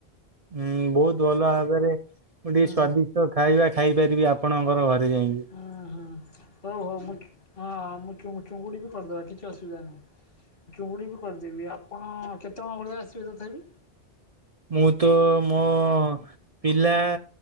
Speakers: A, on the right (about 40°); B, on the left (about 60°).
A: ଉଁ ବହୁତ ଭଲ ଭାବରେ ମୁଁ
B: ହୁଁ
A: ଟିକେ ସ୍ଵାଦିଷ୍ଟ ଖାଇବା ଖାଇପାରିବି ଆପଣଙ୍କର ଘରେ ଯାଇଁକି।
B: ହୁଁ ହୁଁ ହଉ ହଉ ମୁଁ ଚୁ ହଁ ହଁ ମୁଁ ଚୁ-ଚୁଙ୍ଗୁଡି ବି କରିଦବା କିଛି ଅସୁବିଧା ନାହିଁ। ଚୁଙ୍ଗୁଡ଼ି ବି କରିଦେବି। ଆପଣ କେତେ ଜଣ ଭଳିଆ ଆସିବେ ତଥାପି?
A: ମୁଁ ତ ମୋ ପିଲା।